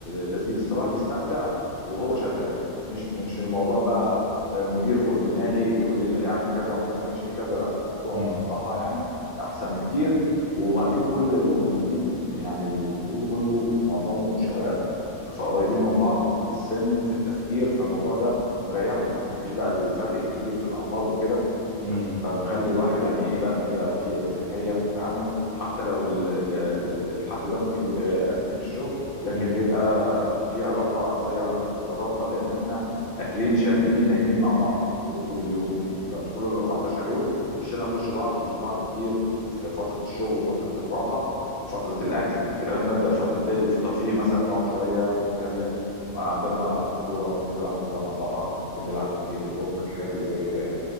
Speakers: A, on the left (about 45°); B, on the right (about 50°).
A: لذيذ فالواحد بيستمتع وهو شغال مش مش الموضوع بقى آه، مدير فوق دماغي بيقول لي اعمل كذا وما تعملش كذا لا الموضوع
B: امم
A: صراحة يعني احسن بكتير وبعدين كل اللي موجودين يعني الكرو كله معظمه شباب فقريبين من بعض في السن في التفكير فالموضوع ده مريحنا مفيش بقى الفرق الكبير في الاعمار وكده
B: امم
A: فمخلي الواحد يعني ايه لا كده في ارتياحيه في التعامل حتى لو ال- ال- ال- الحد ده ممكن بيبقى يرقصني في الشغل لكن
B: امم
A: بيبقى في علاقه زي علاقه الصداقه لان احنا اكلين شاربين نايمين مع بعض طول اليوم يعني لا- طول ال 14 يوم وشنا في وش بعض وتشوف بعض كتير في في فتره الشغل وفتره الراحه وفتره الاكل الكلام من ده فبالتالي وفي ترفيه مثلا نقعد شويه نتكلم عندنا ملعب كوره ممكن نلعب كوره مع بعض ممكن نلعب بينج بونج الحاجات اللي زي كده يعني